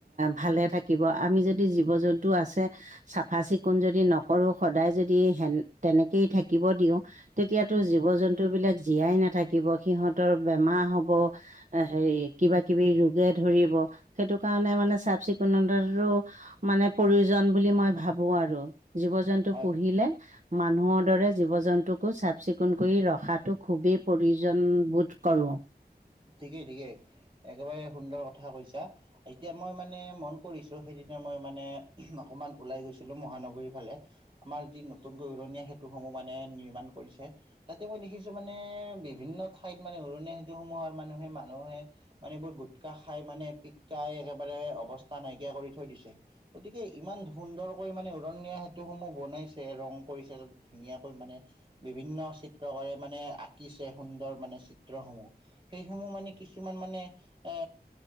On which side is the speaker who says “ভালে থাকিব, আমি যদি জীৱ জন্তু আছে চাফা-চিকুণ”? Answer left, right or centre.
Right